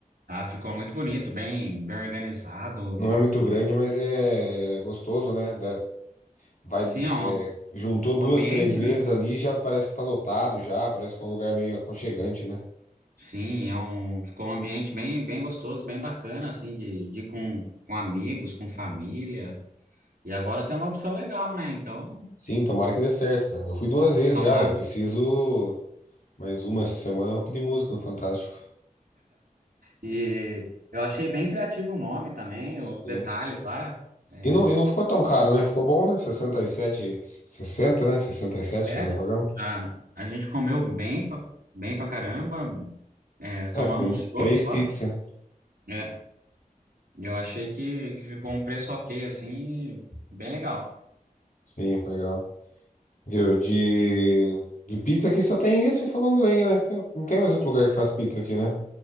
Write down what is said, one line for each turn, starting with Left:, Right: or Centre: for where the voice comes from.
Right: Ah, ficou muito bonito, bem, bem organizado.
Left: Não é muito
Right: Bem...
Left: grande, mas é gostoso, né? Dá- Vai,
Right: Sim, ó,
Left: é, juntou duas,
Right: o ambiente,
Left: três mesas
Right: né?
Left: ali, já parece que tá lotado já, parece que é um lugar meio aconchegante, né?
Right: Sim, é um... ficou um ambiente bem, bem gostoso, bem bacana, assim, de, de ir com, com amigos, com família. E agora tem uma opção legal, né? Então,
Left: Sim, tomara que dê certo, cara. Eu fui duas vezes
Right: tomara.
Left: já, eu preciso mais uma essa semana, eu vou pedir música no Fantástico.
Right: E eu achei bem criativo o nome também,
Left: Sim.
Right: os detalhes lá. é,
Left: E não, e não ficou tão caro, né? Ficou bom, né? sessenta e sete, 60, né? sessenta e sete,
Right: É,
Left: que nós pagamos.
Right: a, a gente comeu bem pra, bem pra caramba, é, tomamos
Left: É, fizemos
Right: chopps
Left: três pizzas.
Right: lá. É, eu achei que, que ficou um preço ok, assim, bem legal.
Left: Sim, legal. Viu? De, de pizza aqui só tem isso e fogão de lenha, né? Que Não tem mais outro lugar que faz pizza aqui, né?